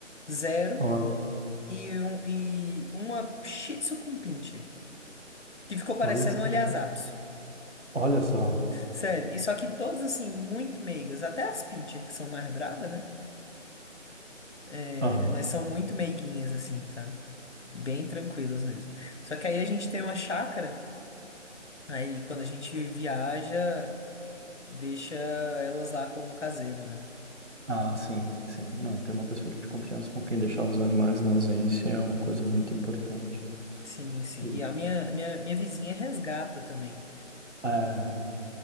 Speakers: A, on the left (about 65°); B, on the right (about 65°).
A: zero,
B: Olha.
A: e, um, e uma Shih Tzu com Pinscher. Que ficou parecendo
B: Olha só,
A: um Lhasa Apso.
B: olha só.
A: Sério. E só que todas, assim, muito meigas. Até as Pinscher, que são mais bravas, né? É,
B: Ah,
A: mas são muito meiguinhas, assim, sabe? Bem tranquilas mesmo. Só que aí a gente tem uma chácara, aí quando a gente viaja, deixa elas lá com o caseiro, né?
B: ah, sim, sim. Não, ter uma pessoa de confiança com quem deixar os animais na ausência é uma coisa muito importante.
A: Sim, sim.
B: E,
A: E a minha, minha, minha vizinha resgata também.
B: é,